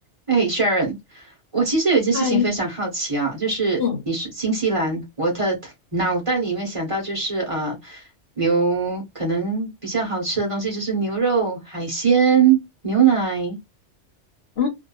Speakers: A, on the right; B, on the left.
A: 哎，Sharon，我其实有一件事情非常好奇啊，
B: 嗨，
A: 就是你是新西兰，
B: 嗯，
A: 我的脑袋里面想到就是呃，牛可能比较好吃的东西就是牛肉、海鲜、牛奶，
B: 嗯，